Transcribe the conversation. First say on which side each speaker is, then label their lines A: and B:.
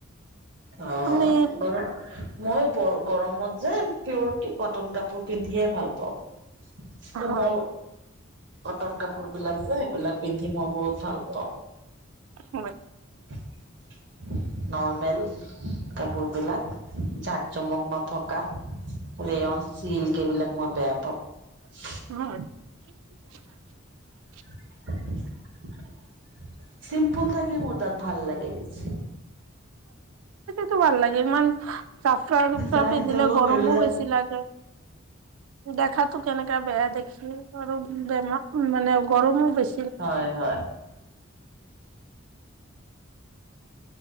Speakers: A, on the right (about 55°); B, on the right (about 85°).
A: অ'
B: তুমি
A: ঘৰত মইয়ো বৰ গৰমত যে পিয়ৰ কটন কাপোৰ পিন্ধিয়ে ভাল পাওঁ কোমল
B: হয়
A: কটন কাপোৰ বিলাক যে এইবিলাক পিন্ধি মই বহুত ভাল পাওঁ
B: হয়
A: <unintelligible> নৰ্মেল কাপোৰ বিলাক যাক-জমক নথকা ৰেয়ন চিল্ক এইবিলাক মই বেয়া পাওঁ
B: <unintelligible>
A: <unintelligible> চিম্পল থাকি মোৰ তাত ভাল লাগে বেছি।
B: তো ভাল লাগে ইমান <unintelligible>
A: জাক
B: পিন্ধিলে
A: জমক
B: গৰমো
A: এইবিলাক
B: বেছি লাগে দেখাত তো কেনেকা বেয়া দেখি আৰু বেমাৰ মানে গৰমো বেছ
A: হয়-হয়